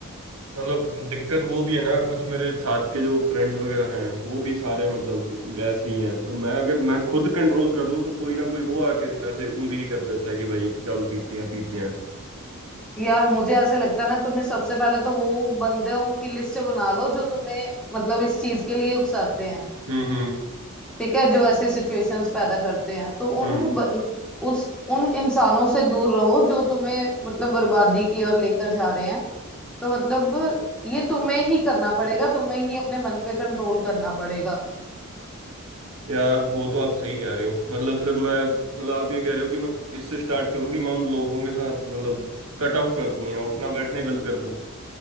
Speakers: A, on the right; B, in the centre.
A: मतलब दिक्कत वो भी है ना कुछ मेरे साथ के जो फ्रेंड्स वगैरह हैं वो भी सारे मतलब ऐसे ही हैं तो मैं अगर मैं खुद कंट्रोल कर लूं तो कोई ना कोई वो आके ऐसे उंगली कर देता है कि भाई चल पीते हैं पीते हैं
B: यार मुझे ऐसे लगता है ना तुम्हें सबसे पहले तो वो बंदों की लिस्ट बना लो जो तुम्हें मतलब इस चीज के लिए उकसाते हैं
A: हम्म हम्म
B: ठीक है जो ऐसी सिचुएशंस पैदा करते हैं तो उन
A: हम्म
B: ब- उस उन इंसानों से दूर रहो जो तुम्हें मतलब बर्बादी की ओर लेकर जा रहे हैं तो मतलब ये तुम्हें ही करना पड़ेगा तुम्हें ही अपने मन पे कंट्रोल करना पड़ेगा
A: यार वो तो आप सही कह रहे हो मतलब फिर मैं मतलब आप ये कह रहे हो कि मैं इससे स्टार्ट करूं कि मैं उन लोगों के साथ मतलब कट ऑफ कर दूं या उठना बैठना ही बंद कर दूं